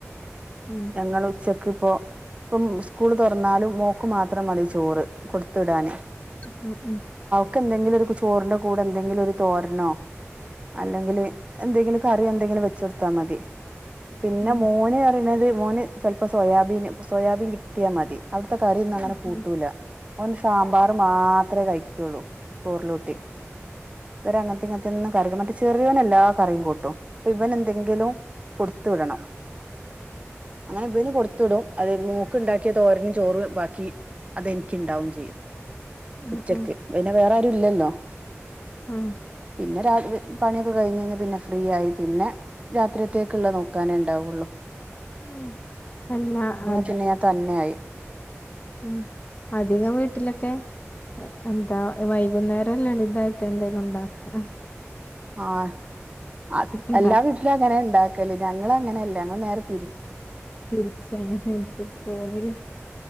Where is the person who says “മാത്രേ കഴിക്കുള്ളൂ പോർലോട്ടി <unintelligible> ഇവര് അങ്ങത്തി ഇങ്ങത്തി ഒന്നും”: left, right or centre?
Right